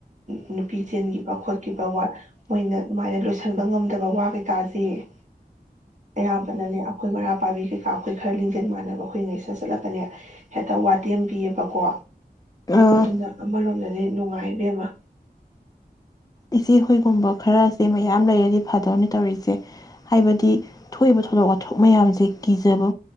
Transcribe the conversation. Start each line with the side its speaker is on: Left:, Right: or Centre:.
Right: ꯅꯨꯄꯤ ꯆꯦꯟꯈꯤꯕ ꯈꯣꯠꯈꯤꯕ ꯋꯥ ꯃꯣꯏꯅ ꯑꯗꯨꯃꯥꯏꯅ ꯂꯣꯏꯁꯤꯟꯕ ꯉꯝꯗꯕ ꯋꯥ ꯀꯩꯀꯥꯁꯦ ꯑꯌꯥꯝꯕꯅꯅꯦ ꯑꯩꯈꯣꯏ ꯃꯔꯥ ꯄꯥꯏꯕꯤ ꯀꯩꯀꯥ ꯑꯩꯈꯣꯏ ꯈꯔ ꯂꯤꯡꯖꯦꯜ ꯃꯥꯟꯅꯕ ꯑꯩꯈꯣꯏ ꯉꯩꯁꯟ ꯆꯠꯂꯒꯅꯦ ꯍꯦꯛꯇ ꯋꯥꯇꯦꯝꯕꯤꯌꯦꯕꯀꯣ
Left: ꯎꯝ
Right: ꯑꯗꯨ ꯑꯗꯨꯅ ꯑꯔꯣꯦ ꯑꯗꯨ ꯅꯨꯡꯉꯥꯏꯕ ꯑꯃ
Left: ꯏꯆꯦ ꯍꯨꯣꯏꯒꯨꯝꯕ ꯈꯔꯁꯦ ꯃꯌꯥꯝ ꯂꯩꯔ ꯍꯥꯏꯗꯤ ꯐꯥꯗꯔꯅꯤ ꯇꯧꯔꯤꯁꯦ ꯍꯥꯏꯕꯗꯤ ꯊꯣꯛꯏꯕ ꯊꯧꯗꯣꯛ ꯋꯥꯊꯣꯛ ꯃꯌꯥꯝꯁꯦ ꯀꯤꯖꯕ